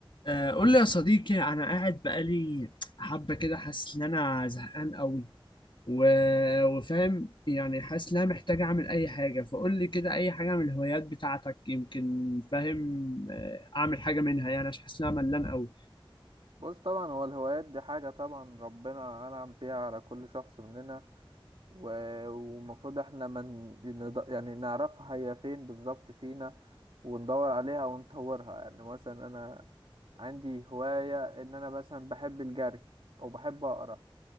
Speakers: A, on the left (about 55°); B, on the right (about 65°).
A: آه، قول لي يا صديقي انا قاعد بقالي حبه كده حاسس ان انا زهقان قوي و... وفاهم يعني حاسس ان انا محتاج اعمل اي حاجه فقول لي كده اي حاجه من الهوايات بتاعتك يمكن فاهم آه، اعمل حاجه منها يعني عشان حاسس ان انا ملان قوي
B: بص طبعا هو الهوايات دي حاجة طبعا ربنا أنعم بيها على كل شخص مننا و- والمفروض احنا من يعني نعرفها هي فين بالظبط فينا وندور عليها ونطورها يعني مثلا أنا عندي هواية إن أنا مثلا بحب الجري أو بحب أقرأ